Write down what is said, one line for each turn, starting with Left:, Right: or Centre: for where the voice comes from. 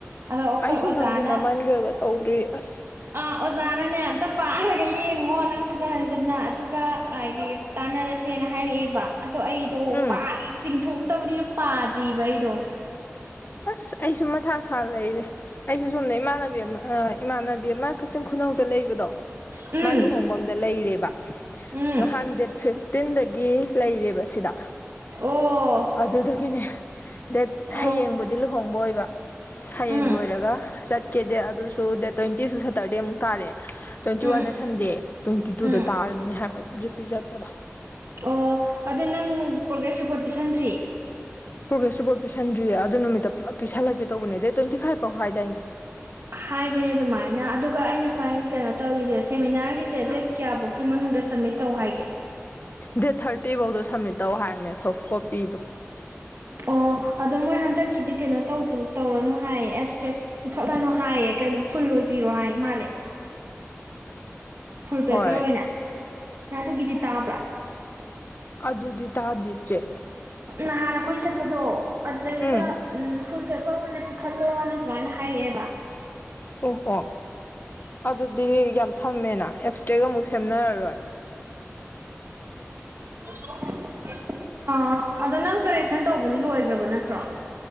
Right: ꯑꯗꯣ ꯑꯩꯈꯣꯏ
Left: ꯑꯩꯁꯨ
Right: ꯑꯣꯖꯥꯅ
Left: ꯅꯝꯗꯤ ꯅꯝꯃꯟꯈ꯭ꯔꯒ ꯇꯧꯗ꯭ꯔꯤ ꯑꯁ
Right: ꯑꯥ ꯑꯣꯖꯅꯅꯦ ꯑꯝꯇ ꯄꯥꯔꯒ ꯌꯦꯡꯉꯣ ꯅꯪ ꯍꯟꯖꯤꯟ ꯍꯟꯖꯤꯟꯅ ꯑꯗꯨꯒ ꯑꯥꯗꯤ ꯇꯥꯅ ꯔꯁꯦꯅ ꯍꯥꯏꯔꯛꯑꯦꯕ ꯑꯗꯣ ꯑꯩ ꯑꯗꯣ
Left: ꯎꯝ
Right: ꯄꯥꯔ ꯆꯤꯡꯊꯣꯛꯇꯕꯅꯤꯅ ꯄꯥꯗ꯭ꯔꯤꯕ ꯑꯩꯗꯣ
Left: ꯑꯁ ꯑꯩꯁꯨ ꯃꯊꯥ ꯁꯥ ꯂꯩꯔꯦ ꯑꯩꯁꯨ ꯁꯣꯝꯅ ꯏꯃꯥꯟꯅꯕꯤ ꯑꯃ ꯑꯥ ꯏꯃꯥꯟꯅꯕꯤ ꯑꯃ ꯀꯛꯆꯤꯡ ꯈꯨꯅꯧꯗ ꯂꯩꯕꯗꯣ
Right: ꯎꯝ
Left: ꯃꯥꯏ ꯂꯨꯍꯣꯡꯕ ꯗ ꯂꯩꯔꯦꯕ
Right: ꯎꯝ
Left: ꯅꯍꯥꯟ ꯗꯦꯠ ꯐꯤꯠꯇꯤꯟꯗ ꯒꯤ ꯂꯩꯔꯦꯕ ꯁꯤꯗ
Right: ꯑꯣ
Left: ꯑꯗꯨꯗꯨꯒꯤꯅꯦ ꯗꯦꯠ
Right: ꯑꯣ
Left: ꯍꯌꯦꯡꯕꯨꯗꯤ ꯂꯨꯍꯣꯡꯕ ꯑꯣꯏꯕ ꯍꯌꯦꯡ
Right: ꯎꯝ
Left: ꯂꯣꯏꯔꯒ ꯀꯦꯗꯦ ꯑꯗꯨꯁꯨ ꯗꯦꯠ ꯇ꯭ꯋꯦꯟꯇꯤꯁꯨ ꯁꯦꯇꯔꯗꯦ ꯑꯃꯨꯛ ꯇꯥꯔꯦ ꯇ꯭ꯋꯦꯟꯇꯤ
Right: ꯎꯝ
Left: ꯋꯥꯟꯅ ꯁꯟꯗꯦ ꯇ꯭ꯋꯦꯟꯇꯤ ꯇꯨꯗ
Right: ꯎꯝ
Left: ꯇꯥꯔꯦ ꯅꯤ ꯍꯥꯏꯕ ꯖꯤꯄꯤ ꯆꯠꯄꯗꯣ
Right: ꯑꯣ ꯑꯗꯨ ꯅꯪ ꯄ꯭ꯔꯣꯒ꯭ꯔꯦꯁ ꯔꯤꯄꯣꯔꯠ ꯄꯤꯁꯟꯗ꯭ꯔꯤ
Left: ꯄ꯭ꯔꯣꯒ꯭ꯔꯦꯁ ꯔꯤꯄꯣꯠ ꯄꯤꯁꯟꯗ꯭ꯔꯤꯌꯦ ꯑꯗꯨ ꯅꯨꯃꯤꯠꯇ ꯄꯨꯂꯞ ꯄꯤꯁꯜꯂꯒꯦ ꯇꯧꯕꯅꯦ ꯗꯦꯠ ꯇ꯭ꯋꯦꯟꯇꯤ ꯐꯥꯏꯚ ꯐꯥꯎ ꯍꯥꯏꯗꯥꯏꯅꯦ
Right: ꯍꯥꯏꯕꯅꯦ ꯑꯗꯨꯃꯥꯏꯅ ꯑꯗꯨꯒ ꯑꯩꯅ ꯈ꯭ꯋꯥꯏ ꯀꯩꯅꯣ ꯇꯧꯔꯤꯁꯦ ꯁꯦꯃꯤꯅꯥꯔꯒꯤꯁꯦ ꯗꯦꯠ ꯀꯌꯥꯕꯧꯀꯤ ꯃꯅꯨꯡꯗ ꯁꯕꯃꯤꯠ ꯇꯧ ꯍꯥꯏꯒꯦ
Left: ꯗꯦꯠ ꯊꯥꯔꯇꯤꯐꯧꯗꯣ ꯁꯝꯃꯤꯠ ꯇꯧ ꯍꯥꯏꯝꯅꯦ ꯁꯣꯐ ꯀꯣꯄꯤꯗꯣ
Right: ꯑꯣ ꯑꯗꯣ ꯃꯣꯏ ꯍꯟꯗꯛꯀꯤꯗꯤ ꯀꯩꯅꯣ ꯇꯧꯗꯔꯣ ꯇꯧꯔꯅꯨ ꯍꯥꯏꯌꯦ ꯑꯦꯞꯁꯇ꯭ꯔꯦꯛ ꯄꯤꯈꯠꯂꯅꯨ ꯍꯥꯏꯌꯦ ꯀꯩꯅꯣ ꯐꯨꯜ ꯂꯣꯏꯕꯤꯔꯣ ꯍꯥꯏ ꯃꯥꯜꯂꯦ
Left: <inaudible>
Right: ꯐꯨꯜ
Left: ꯍꯣꯏ
Right: ꯄꯦꯄꯔ ꯑꯣꯏꯅ ꯅ ꯑꯗꯨꯒꯤꯗꯤ ꯇꯥꯕ꯭ꯔꯥ
Left: ꯑꯗꯨꯗꯤ ꯇꯥꯗꯦ ꯆꯦ
Right: ꯅꯍꯥꯟ ꯑꯩꯈꯣꯏꯟ ꯆꯠꯄꯗꯣ ꯑꯗꯨꯗꯩꯗꯨꯗ
Left: ꯎꯝ
Right: ꯎꯝ ꯐꯨꯜ ꯄꯦꯄꯔ ꯑꯣꯏꯅ ꯄꯤꯈꯠꯂꯣꯅ ꯁꯨꯃꯥꯏꯅ ꯍꯥꯏꯔꯛꯑꯦꯕ
Left: ꯑꯣ ꯍꯣ ꯑꯗꯨꯗꯤ ꯌꯥꯝ ꯁꯝꯃꯦꯅ ꯑꯦꯞꯁꯇꯦꯛ ꯑꯃꯨꯛ ꯁꯦꯝꯅꯔꯔꯣꯏ
Right: <inaudible> ꯑꯥ ꯑꯗꯣ ꯅꯪ ꯀꯔꯦꯛꯁꯟ ꯇꯧꯕꯗꯤ ꯂꯣꯏꯈ꯭ꯔꯕ ꯅꯠꯇ꯭ꯔꯣ